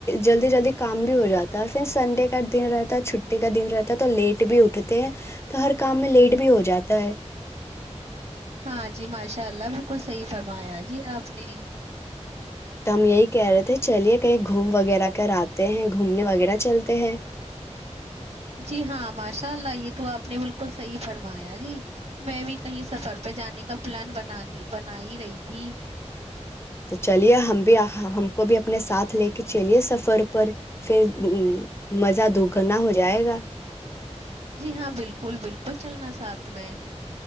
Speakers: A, on the left (about 20°); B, on the right (about 60°).
A: جلدی جلدی کام بھی ہو جاتا ہے سنڈے کا دن رہتا ہے چھٹی کا دن رہتا تو لیٹ بھی اٹھتے ہیں تو ہر کام میں لیٹ بھی ہو جاتا ہے
B: ہاں جی ماشاء اللہ بالکل صحیح فرمایا جی آپ نے
A: تو ہم یہی کہہ رہے تھے چلیے کہیں گھوم وغیرہ کر آتے ہیں گھومنے وغیرہ چلتے ہیں
B: جی ہاں ماشاء اللہ یہ تو آپ نے بالکل صحیح فرمایا جی میں بھی کہیں سفر پہ جانے کا پلان بن بن ہی رہی تھی
A: تو چلیے ہم بھی ہم کو بھی اپنے ساتھ لے کے چلیے سفر پر پھر مزہ دوگنا ہو جائے گا
B: جی ہاں بالکل بالکل چلنا ساتھ میں ہے